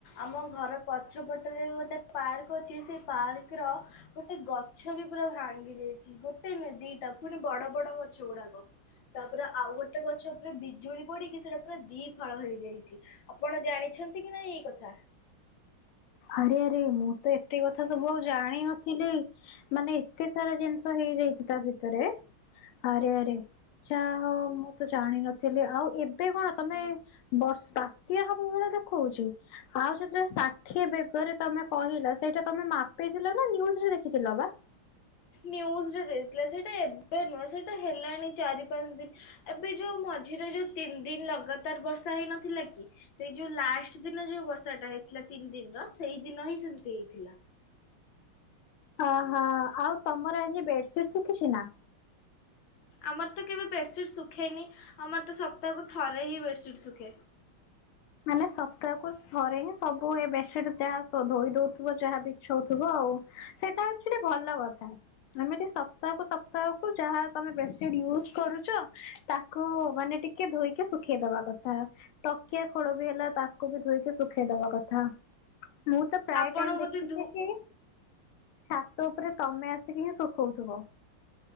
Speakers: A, on the left (about 70°); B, on the left (about 85°).
A: ଆମ ଘର ପଛପ ଆମ ଯଉ ଗୋଟେ ପାର୍କ ଅଛି ସେଇ ପାର୍କ ର ଗୋଟେ ଗଛ ବି ପୁରା ଭାଙ୍ଗି ଯାଇଛି। ଗୋଟେ ନୁହେଁ ଦିଟା ପୁଣି ବଡ ବଡ ହଛ ଗୁଡାକ। ତାପରେ ଆଉ ଗୋଟେ ଗଛ ଉପରେ ବିଜୁଳି ପଡିକି ସେଇଟା ପୁରା ଦି ଫାଳ ହେଇଯାଇଛି। ଆପଣ ଜାଣିଛନ୍ତି କି ନାଇ ଏଇ କଥା?
B: ଆରେ ଆରେ ମୁଁ ତ ଏତେ କଥା ସବୁ ଆଉ ଜାଣିନଥିଲି। ମାନେ ଏତେ ସାରା ଜିନିଷ ହେଇଯାଇଛି ତା ଭିତରେ ଆରେ ଆରେ। ଯା ହଉ ମୁଁ ତ ଜାଣିନଥିଲି ଆଉ ଏବେ କଣ ତମେ ବଷ ବାତ୍ୟା ହବ ବେଳେ ଦେଖଉଛି ଆଉ ଯେତେବେଳେ ଷା ଠିଏ ବେଗରେ ତମେ କହିଲ ସେଇଟା ତମେ ମାପିଥିଲ ନା ନିୟୁଜି ରେ ଦେଖିଥିଲ ବା?
A: ନ୍ୟୁଜି ରେ ଦେଇଥିଲା ସେଇଟା ଏବେ ନୁହେଁ ସେଇଟା ହେଲାଣି ଚାରି ପାଞ୍ଚ ଦିନି ଏବେ ଯୋଉ ମଝିରେ ଯୋଉ ତିନି ଦିନି ଲଗାଦାର ବର୍ଷା ହେଇନଥିଲା କି। ସେଇ ଯୋଉ ଲାଷ୍ଟ ଦିନ ଯୋଉ ବର୍ଷା ଟା ହେଇଥିଲା ତିନି ଦିନି ର ସେଇ ଦିନ ହିଁ ସେମତି ହେଇଥିଲା।
B: ଅ ହଁ, ଆଉ ତମର ଆଜି ବେଡସିଡ ଶୁଖିଛି ନା?
A: ଆମର ତ କେବେ ବେଡସିଡ୍ ଶୁଖେନି ଆମର ତ ସପ୍ତାହକୁ ଥରେ ହିଁ ବେଡସିଡ୍ ଶୁଖେ।
B: ମାନେ ସପ୍ତାହକୁ ଥରେ ହିଁ ସବୁ ଏ ବେସିଡ ଯାହା ଧୋଇ ଦଉଥିବ ଯାହା ବିଛଉଥିବ ଆଉ। ସେଟା ଆଚୁୱାଲି ଭଲ କଥା। ଏମିତି ସପ୍ତାହକୁ ସପ୍ତାହକୁ ଯାହା ତମେ ବେଡସିଟି ୟୁଜ କରୁଚ ତା ତାକୁ ମାନେ ଟିକେ ଧୋଇକି ଶୁଖେଇ ଦବା କଥା, ଟକିଆ ଖୋଳ ବି ହେଲା ତାକୁ ବି ଧୋଇକି ଶୁଖେଇଦବା କଥା। ମୁଁ ତ ପ୍ରାୟ
A: ଆପଣ
B: ଟାଇମି
A: ବୋଧେ
B: ଦେଖିଛି
A: ଧୁ
B: କି ଛାତ ଉପରେ ତମେ ଆସିକି ହିଁ ଶୁଖଉଥିବ।